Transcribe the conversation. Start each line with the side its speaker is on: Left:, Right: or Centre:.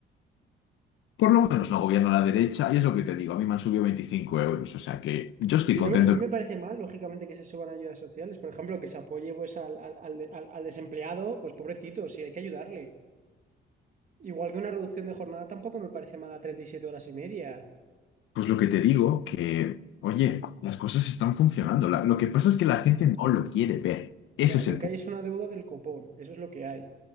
Left: Por lo menos no gobierno a la derecha y es lo que te digo, a mí me han subido 25 euros, o sea que yo estoy
Right: Sí,
Left: contento.
Right: no me, no me parece mal, lógicamente, que se suban ayudas sociales. Por ejemplo, que se apoye pues, al, al, al, al al desempleado, pues pobrecito, sí, hay que ayudarle. Igual que una reducción de jornada tampoco me parece mala 37 horas y media.
Left: Pues lo que te digo, que, oye, las cosas están funcionando. La- lo que pasa es que la gente no lo quiere ver. Ese
Right: No,
Left: es
Right: lo
Left: el
Right: que
Left: punto.
Right: hay es una deuda del copón, eso es lo que hay.